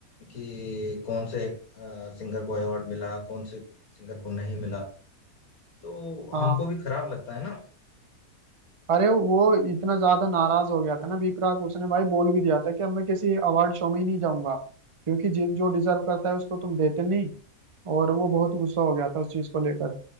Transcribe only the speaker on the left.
कि कौन से सिंगर को अवार्ड मिला कौन से सिंगर को नहीं मिला तो
हमको भी खराब लगता है ना